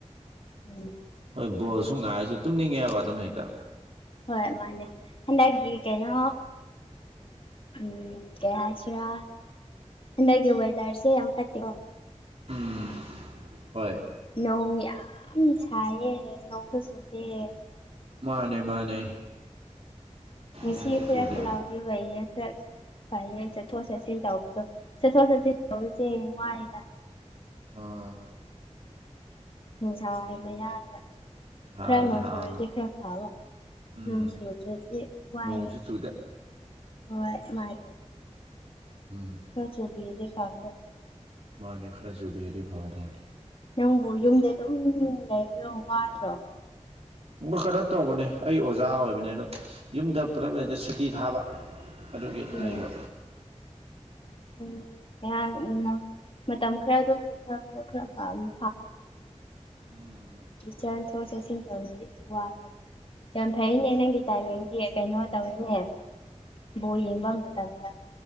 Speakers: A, on the left (about 45°); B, on the right (about 55°).
A: ꯎꯝ
B: ꯍꯣꯏ ꯕꯣꯜꯁꯨ ꯉꯥꯏꯔꯤꯁꯨ ꯇꯨꯝꯅꯤꯡꯉꯦꯕ ꯑꯗꯨꯝ ꯍꯦꯛꯇ
A: ꯍꯣꯏ ꯃꯥꯅꯦ ꯍꯟ ꯀꯩꯅꯣ ꯎꯝ ꯀꯩꯅꯁꯤꯔ ꯍꯗꯒꯤ ꯋꯥꯣꯏꯗꯔꯁꯤꯦ ꯌꯥꯝ ꯐꯠꯇ
B: ꯎꯝ ꯍꯣꯏ
A: ꯅꯣꯡ ꯌꯥꯝ ꯁꯥꯏꯌꯦꯦ ꯅꯣꯡꯁꯨ ꯆꯨꯗꯦ
B: ꯃꯥꯅꯦ ꯃꯥꯅꯦ
A: ꯃꯤꯁꯤ
B: ꯅꯣꯡꯁꯨ
A: ꯐꯔ
B: ꯆꯨꯗꯦ
A: ꯀ ꯂꯥꯎꯗꯤ ꯋꯥꯏꯌꯦ ꯐꯔ ꯐꯥꯏ ꯆꯠ ꯆꯠꯊꯣꯛ ꯆꯠꯁꯤ ꯇꯧꯕꯗꯣ ꯆꯠꯊꯣꯛ ꯆꯠꯁꯤ ꯇꯧꯕꯗ ꯆꯦꯅꯤ ꯋꯥꯏꯅ
B: ꯑ
A: ꯅꯨꯡꯁꯥ ꯍꯥꯏꯕ ꯌꯥꯔꯒ
B: ꯏꯁꯥꯁꯦ
A: ꯈꯔ ꯅꯣꯡ
B: ꯍꯥꯕꯅꯤ
A: ꯁꯨꯔꯗꯤ ꯈꯔ ꯐꯕ
B: ꯎꯝ
A: ꯅ ꯁꯣ ꯆꯦꯁꯦ ꯋꯥꯏ
B: ꯅꯣꯡꯁꯨ ꯆꯨꯗꯦ
A: ꯍ ꯃꯥꯔ
B: ꯎꯝ
A: ꯈꯔ ꯆ ꯎꯄꯤꯗꯤꯦ ꯈꯥꯗ
B: ꯃꯥꯅꯦ ꯈꯦꯖꯨꯕꯦꯔꯤ ꯐꯥꯔꯣꯟ
A: ꯅꯪꯕꯨ ꯌꯨꯝꯗ ꯑꯗꯨꯝ ꯂꯩꯕ ꯋꯥꯗ꯭ꯔꯣ
B: ꯀꯩꯅꯣ ꯇꯧꯕꯅꯦ ꯑꯩ ꯑꯣꯖꯥ ꯑꯣꯏꯕꯅꯦ ꯑꯗꯣ ꯌꯨꯝꯗ ꯄꯨꯂꯞ ꯂꯩꯇ ꯁꯨꯇꯤ ꯊꯥꯕ ꯑꯗꯨꯒꯤ
A: ꯎꯝ
B: ꯂꯩꯕ
A: ꯎꯝ ꯌꯥ ꯏ ꯃꯇꯝ ꯈꯔꯗꯣ ꯄꯨꯝꯊꯕꯗꯣ ꯈꯔ ꯐꯥꯒꯅꯤ
B: ꯎꯝ
A: ꯆ ꯊ ꯆꯦꯛꯁꯤ ꯋꯥ ꯌꯥꯝ ꯐꯩꯅꯦ ꯅꯪꯒꯤ ꯇꯥꯏꯃꯤꯡꯒꯤ ꯀꯩꯅꯣ ꯇꯧꯔꯤꯅꯦ ꯕꯣ ꯌꯦꯡꯕ ꯃꯇꯝꯗ